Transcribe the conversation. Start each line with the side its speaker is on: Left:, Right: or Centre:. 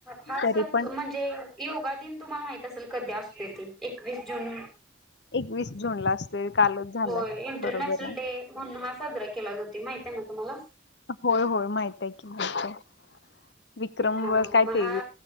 Centre: हा
Left: तरी
Centre: सण
Left: पण
Centre: म्हणजे, योगा दिन तुम्हाला माहित असेल कधी असते त? एकवीस जून,
Left: एकवीस जून ला असते कालच झालाय
Centre: होय इंटरनॅशनल
Left: बरोबर आहे
Centre: डे म्हणून हा साजरा केला. केला जातो माहितीय ना तुम्हाला!
Left: होय होय माहित आहे की आहे. विक्रम
Centre: हा
Left: काय
Centre: मग हा
Left: ते